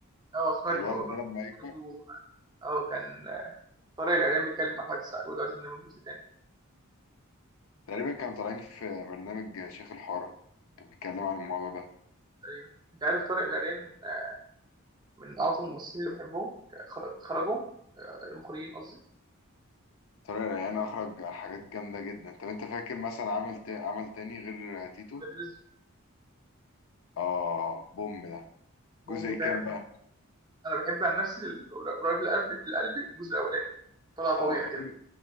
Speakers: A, on the right; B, on the left.
A: اه سمعت
B: الولد
A: الموضوع
B: ده
A: ده
B: لما يكبر
A: برضه اه كان آه، طارق العريان بيتكلم مع احمد السقا بيقول له عايزين نعمل جزء تاني
B: تقريبا كانوا طالعين في برنامج شيخ الحارة كان بيتكلم عن الموضوع ده
A: ايوه انت عارف طارق العريان آه، من اعظم الممثلين اللي بحبهم ك- خر- خرجوا آه، المخرجين قصدي
B: طارق ريان أخرج حاجات جامدة جدا طب أنت فاكر مثلا عمل تا... عمل تاني غير تيتو؟
A: ولاد رزق
B: آه بوم ده
A: بوم
B: جزء
A: وبتاع
B: كام بقى؟
A: انا بحب عن نفسي ال- قريب لقلبي لقلبي الجزء الاولاني طلع طبيعي
B: آه
A: كده
B: أورو